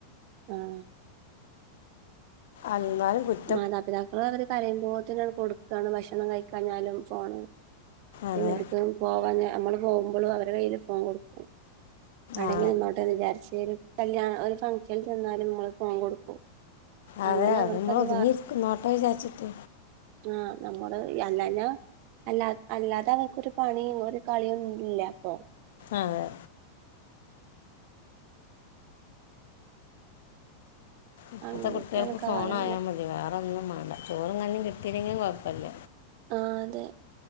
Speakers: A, on the right; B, on the left.
A: ആഹ്
B: അമാറ് <unintelligible>
A: മാതാപിതാക്കൾ അവര് കരയുമ്പോ തന്നെയാണ് കൊടു ഭക്ഷണം കഴിക്കഞ്ഞാലും ഫോണ്
B: അതെ
A: പിന്നെ പോവാ നമ്മള് പോുമ്പോഴും അവരുടെ കയ്യിൽ ഫോൺ കൊടുക്കും അടങ്ങി
B: ആ
A: ഇങ്ങോട്ട്ന്ന് വിചാരിച്ച കല്യാണ ഒരു ഫംഗ്ഷനിൽ ചെന്നാലും മമ്മൾ ഫോൺ കൊടുക്കും
B: അതെ
A: അങ്ങനെ
B: അതെ
A: അവർക്കത്
B: നമ്മള് ഒതുങ്ങിരിക്ക നോട്ടോ വിചാരിച്ചിട്ട്
A: ആഹ് നമ്മള് അല്ലാല അല്ലാ അല്ലാതെ അവർക്കൊരു പണിയങ്ങ ഒരു കളിയും ഇല്ല അപ്പൊ
B: അതെ ഇപ്പത്തെ
A: അങ്ങനെയൊക്കെയാണ്
B: കുട്ടികൾക്ക്
A: കാലങ്ങൾ
B: ഫോണായാൽ മതി വേറെന്നും വേണ്ട ചോറും കഞ്ഞും കിട്ടിയില്ലെങ്കിലും കുഴപ്പമില്ല
A: ആഹ് അതെ